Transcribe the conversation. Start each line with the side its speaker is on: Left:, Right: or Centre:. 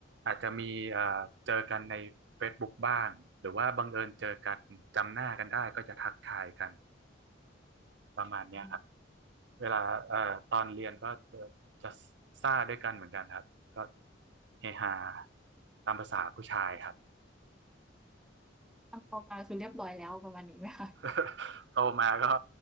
Right: อาจจะมีเอ่อเจอกันใน Facebook บกบ้างหรือว่าบังเอิญเจอกันจำหน้ากันได้ก็จะทักทายกัน ประมาณเนี้ยครับ
Centre: อืม
Right: เวลาเอ่อตอนเรียนก็จะจะซ่าด้วยกันเหมือนกันครับ ก็เฮฮาตามภาษาผู้ชายครับ
Centre: ตอนโตมาคือเรียบร้อยแล้วประมาณนี้ไหมคะ
Right: <laughs> โตมาก็